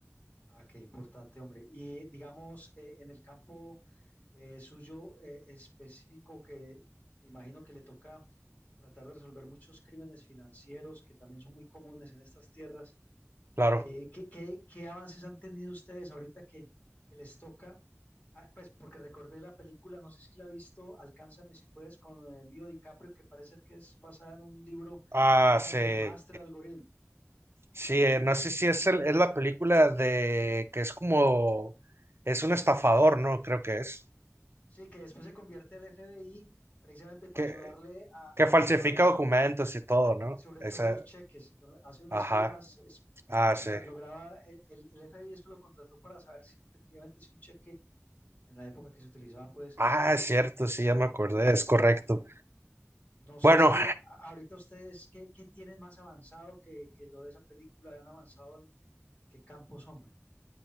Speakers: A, on the left (about 35°); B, on the right (about 55°).
A: Ah, qué importante, hombre. Y digamos, eh, en el campo eh, suyo eh, específico, que me imagino que le toca tratar de resolver muchos crímenes financieros que también son muy comunes en estas tierras,
B: Claro.
A: eh, ¿qué, qué- qué avances han tenido ustedes ahorita que, que les toca? Ah, pues porque recordé la película, no sé si la ha visto, Alcánzame si puedes, con el Leo DiCaprio, que parece ser que es basada en un libro,
B: Ah,
A: se llama
B: sí.
A: The Master Algorithm.
B: Sí, eh, no sé si es, el- es la película de que es como, es un estafador, ¿no? Creo que es.
A: Sí, que después se convierte al FBI precisamente para
B: Que,
A: ayudarle a,
B: que
A: a
B: falsifica
A: con todas la-
B: documentos y todo, ¿no?
A: y sobre
B: Esa,
A: todo los cheques, que hace unas
B: ajá.
A: firmas, es-
B: Ah,
A: o sea,
B: sí.
A: lograba, el, el- el FBI después lo contrató para saber si efectivamente si un cheque en la época que se utilizaban, pues,
B: Ah, es cierto, sí, ya me acordé, es correcto.
A: no sé
B: Bueno,
A: si a- ahorita ustedes, ¿qué, qué tienen más avanzado que, que lo de esa película? ¿Han avanzado en, en qué campos, hombre?